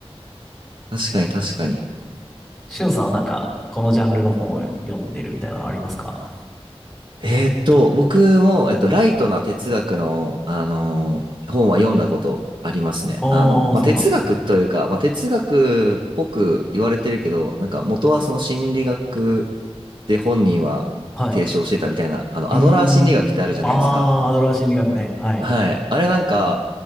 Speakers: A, on the right (about 50°); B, in the centre.
A: 確かに確かに。
B: しゅんさんはなんか、このジャンルの本を読んでるみたいなのありますか
A: えーっと、僕も、えっと、ライトな哲学の、あのー本は読んだことありますね。
B: ああー、
A: あの、まあ、
B: そうなんですね。
A: 哲学というか、まあ、哲学っぽく言われてるけど、なんか元はその心理学で本人は提唱してたみたいな、
B: はい。
A: あの、
B: うー
A: アドラー心理学ってあるじゃないですか。
B: ん。ああ、アドラー心理学ね。はい。
A: はい。あれなんか、